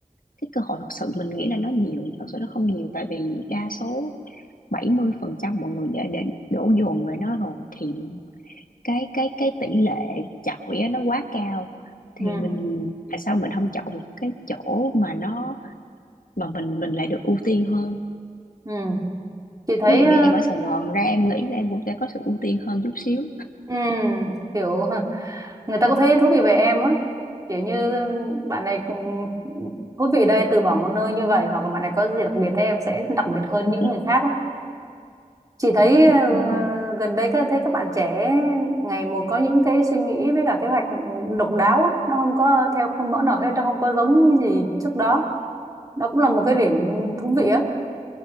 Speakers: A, on the left; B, on the right.
A: cái cơ hội thật sự mình nghĩ là nó nhiều mà thật sự nó không nhiều tại vì đa số 70% mọi người đã, đã đổ dồn về nó rồi thì cái cái cái tỷ lệ chọi á, nó quá cao thì
B: ừ
A: mình tại sao mình không chọn một cái chỗ mà nó mà mình mình lại được ưu tiên hơn
B: ừ chị thấy
A: ví dụ
B: ờ,
A: như em ở Sài Gòn ra em nghĩ là em cũng sẽ có sự ưu tiên hơn chút xíu
B: ừ kiểu hả, người ta có thấy thú vị về em á kiểu như bạn này ừ, thú vị đây từ bỏ một nơi như vậy hoặc là bạn này có gì đặc biệt thế em sẽ đặc biệt hơn
A: <laughs>
B: những người khác á. Chị thấy
A: thì
B: ờ,
A: không
B: gần đây các thấy các bạn trẻ ngày một có những cái suy nghĩ với cả kế hoạch độc đáo á, nó không có theo khuôn mẫu nào hết, nó không có giống như gì trước đó. Đó cũng là một cái điểm thú vị á,